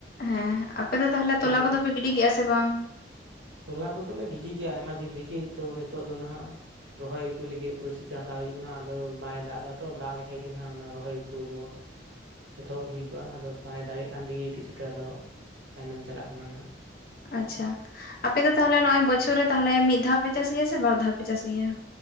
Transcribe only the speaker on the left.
ᱦᱮᱸ ᱟᱯᱮ ᱫᱚ ᱛᱟᱦᱞᱮ
ᱛᱚᱞᱟ ᱠᱚᱫᱚ ᱯᱮ ᱜᱤᱰᱤ ᱠᱮᱫ-ᱟ ᱥᱮ ᱵᱟᱝ
ᱟᱪᱪᱷᱟ ᱟᱯᱮ ᱫᱚ ᱛᱟᱦᱚᱞᱮ ᱱᱚᱜ ᱚᱭ ᱵᱚᱪᱷᱚᱨ ᱨᱮ ᱛᱟᱦᱞᱮ ᱢᱤᱫ ᱫᱷᱟᱣ ᱯᱮ ᱪᱟᱥ ᱜᱮᱭᱟ ᱥᱮ ᱵᱟᱨ ᱫᱷᱟᱣ ᱯᱮ ᱪᱟᱥ ᱜᱮᱭᱟ